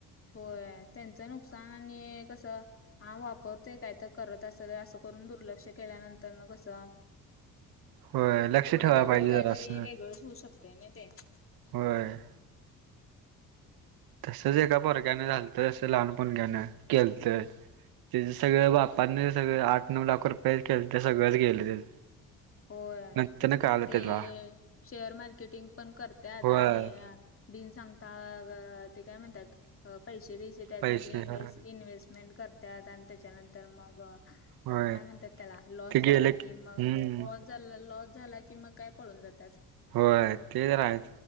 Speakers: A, on the left; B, on the right.
A: होय त्यांचं नुकसान आणि कसं. हा वापरतोय काय तर करत असेल, असं करून दुर्लक्ष केल्यानंतर न कसं.
B: होय लक्ष
A: पुढे
B: ठेवायला
A: जाऊन
B: पाहिजे जरा
A: काहीतरी
B: असं
A: वेगळंच होऊ शकतंय ना ते.
B: होय. तसच एका पोरग्यान झालतं, तसं लहान पोरगंन केलंत. त्याच सगळं बापांनी सगळ आठ-नऊ लाख रुपये केलत, सगळंच गेल त्याच.
A: होय
B: नंतर न कळालं
A: ते
B: त्याला
A: शेअर मार्केटिंग पण करत्यात,
B: होय
A: आणि. बिन सांगता ते काय म्हणतात? पैसे बिसे त्याचमध्ये
B: पैसे
A: इन्व्हेस्ट
B: होय
A: इन्व्हेस्ट. मेंट करतात आणि त्याच्यानंतर मग.
B: होय.
A: अ काय म्हणतात त्याला? लॉस
B: ते
A: झाला
B: गेले
A: कि
B: की
A: मग.
B: हम्म
A: लॉस झाला लॉस झाला कि मग काय पळून जातात.
B: होय ते तर हायच,